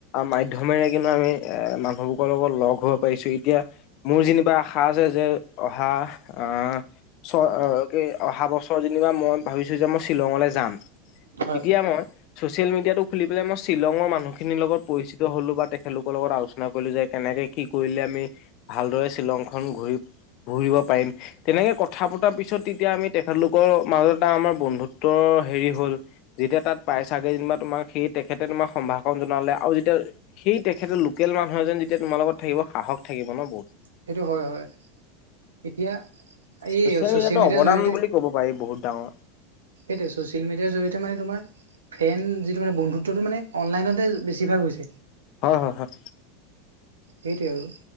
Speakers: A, on the left; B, on the right.
A: মাধ্যমেৰে কিন্তু আমি এ মানুহবোৰৰ লগত লগ হব পাৰিছোঁ। এতিয়া
B: হয়
A: মোৰ যে কিবা আশা আছে যে অহা আহ চ অহা বছৰ যেনিবা মই ভাবিছোঁ যে মই শ্বিলঙলে যাম।
B: হয়
A: তেতিয়া মই ছচিয়েল-মিডিয়াটো খুলি পেলাই, মই শ্বিলঙৰ মানুহখিনিৰ লগত পৰিচিত হ'লো বা তেখেতলোকৰ লগত আলোচনা কৰিলো যে কেনেকে কি কৰিলে আমি ভালদৰে শ্বিলংখন ঘূৰি-ঘুৰিব পাৰিম, তেনেকে কথা পতাৰ পিছত তেতিয়া আমি তেখেতলোকৰ মাজত এটা আমাৰ বন্ধুত্বৰ হেৰি হ'ল। যেতিয়া তাত পাইছাগে যেনিবা, তোমাক সেই তেখেতে তোমাক সম্ভাষণ জনালে। আৰু যেতিয়া সেই তেখেতে লোকেল মানুহ এজন যেতিয়া তোমাৰ লগত থাকিব, সাহস থাকিব ন, বহুত।
B: সেইটো হয় হয় এতিয়া এই
A: চচিয়েল-মিডিয়াটো
B: ছচিয়েল মিডিয়াৰ
A: অৱদান
B: জৰিয়তে
A: বুলি ক'ব পাৰি বহুত ডাঙৰ
B: সেইটোয়ে ছ'চিয়েল মিডিয়াৰ জৰিয়তে মানে তোমাৰ ফেন যিটো মানে বন্ধুত্বটো মানে অনলাইনতে বেছিভাগ হৈছে
A: হয় হয় হয়
B: সেইটোৱে আৰু